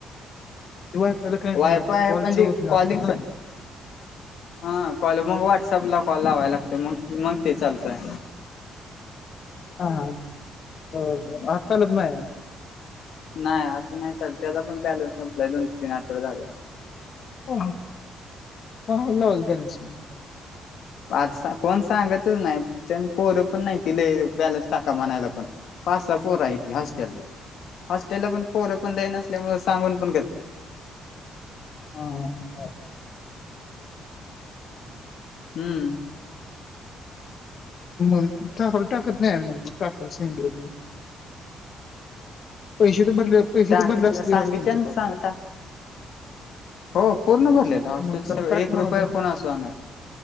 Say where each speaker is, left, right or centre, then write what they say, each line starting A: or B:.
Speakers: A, on the left; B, on the left.
A: ते वायफायला काय नाही
B: वायफाय
A: कॉलच
B: पण ती
A: होत नाही
B: कॉलिंच.
A: वाटतं हाय नाही.
B: हा कॉल मग व्हॉट्स कॉल लावायला लागतोय मग मग ते चालतंय.
A: हा हा हो आता आलूस माय.
B: नाय असं नाय चालतं त्याचा पण बॅलेन्स संपलाय दोन तीन आठवडे झालं.
A: ह अहो लावा बॅलेन्स संपल.
B: फारसा कोण सांगतच नाय तुम पोरं पण नाय ते ल बॅलेन्स टाका म्हणायला पण. पासब. पोर हाय ती होस्टेला होस्टेला पोरं पण लई नसल्या मूळ सांगून पण घेत ना <inaudible>
A: हा काय
B: हम
A: मग टाकूला टाकत नाही. आम्ही मग टाकायला सांगितल आम्ही पैसे तर भरले पैसे
B: टाकीतलं
A: तर भरले असतील
B: सांगितल्यान
A: व्यवस्थि च कॉल.
B: सांगता हो पूर्ण भरले होस्टेल
A: मग त्याला
B: सगळे
A: टाक
B: एक
A: म्हणायचं
B: रुपय कोणा चा नाय